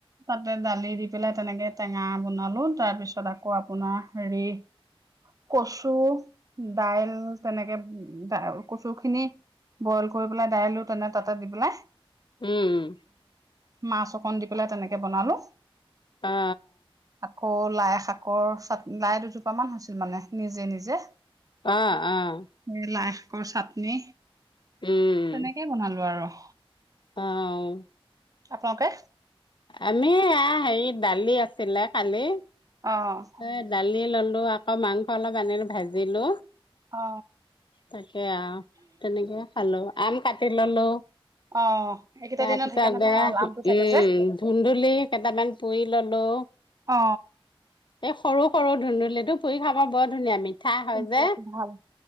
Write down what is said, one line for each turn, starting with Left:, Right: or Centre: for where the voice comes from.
Right: তাতে দালি দি পেলাই তেনেকে টেঙা বনালো তাৰ পিছত আকৌ আপোনাৰ হেৰি। কচু দাইল তেনেকে উ দ। কচু খিনি বইল কৰি পেলাই দাইলো তেনে তাতে দি পেলাই।
Left: উম
Right: মাছ অকন দি পেলাই তেনেকে বনালো
Left: অ
Right: আকৌ লাই শাক। শাকৰ চাত, লাই দুজোপ মান হৈছিল মানে, নিজে নিজে।
Left: অ', অ'।
Right: এ লাই শাকৰ চাটনি,
Left: উম
Right: তেনেকেই বনালো আৰু।
Left: অ'।
Right: আপোনালোকে?
Left: আমি এয়া হেৰি, দালি আছিলে কালি।
Right: অ'।
Left: এ দালি ল'লো, আকৌ মাংস অলপ আনিলো ভাজিলো।
Right: অ
Left: তাকে আৰু, তেনেকে খালো আম কাটি ল'লো।
Right: অ এইকেইটা
Left: তাৰপিছত
Right: দিনত সেইকাৰণে
Left: বেয়া,
Right: ভাল আমটো থাকে
Left: উম।
Right: যে
Left: ধুন্দুলি কেইটামান পুৰি ল'লো।
Right: অ
Left: এই সৰু, সৰু ধুন্দুুলিটো, পুৰি খাবা বৰ ধুনীয়া, মি মিঠা হয়
Right: কুমলীয়াটো
Left: যে,
Right: ভাল